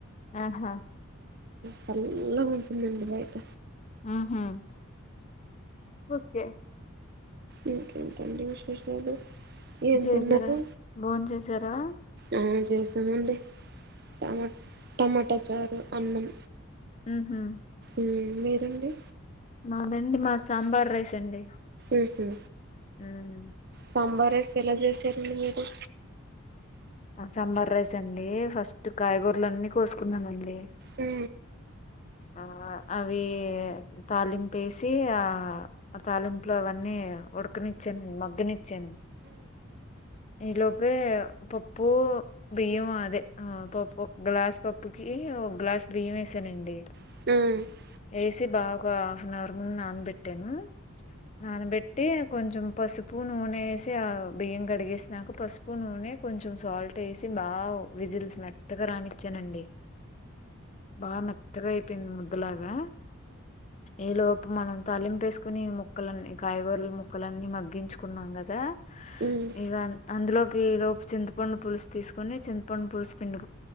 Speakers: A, on the left; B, on the right.
A: ఆహా
B: చల్లగ ఉంటుందండి బయట
A: ఆహా ఓకే
B: ఇంకేంటండి విశేషాలు ఏం
A: చేసారా
B: తిన్నారు
A: భోం చేసారా
B: ఆ చేసామండి టమా టమాటా చారు అన్నం
A: ఉహు
B: ఉమ్ మీరండి
A: మాదండి మాది సాంబార్ రైస్ అండి
B: ఉహు
A: ఆ
B: సాంబార్ రైస్ ఎలా చేశారండి మీరు
A: సాంబార్ రైసా అండి ఫస్ట్ కాయగూరలన్నీ కోసుకున్నానండి
B: హు
A: ఆ అవి తాలింపు వేసి ఆ ఆ తాలింపులో అవన్నీ ఉడకనిచ్చి నిచ్చాను మగ్గనిచ్చాను ఈ లోపే పప్పు బియ్యం అదే ఆ పప్పు ఒక గ్లాస్ పప్పుకి ఒక గ్లాస్ బియ్యం వేసానండి
B: అదేనండి
A: వేసి బాగా ఒక హాఫ్ అన్ అవర్ ముందు నానబెట్టాను నానబెట్టి కొంచెం పసుపు నూనె వేసి ఆ బియ్యం కడిగేసినక పసుపు నూనె కొంచెం సాల్ట్ వేసి బాగా విజిల్స్ మెత్తగ రానిచ్చానండి బాగా మెత్తగా అయిపోయింది ముద్దలాగా ఈలోపు మనం తాలింపు వేస్ కొని ముక్కలన్నీ కాయగూరల ముక్కలన్నీ మగ్గించుకున్నాం కదా
B: ఉమ్.
A: ఇక అందులోకి ఈలోపు చింతపండు పులుసు తీసుకొని చింతపండు పులుసు పిండు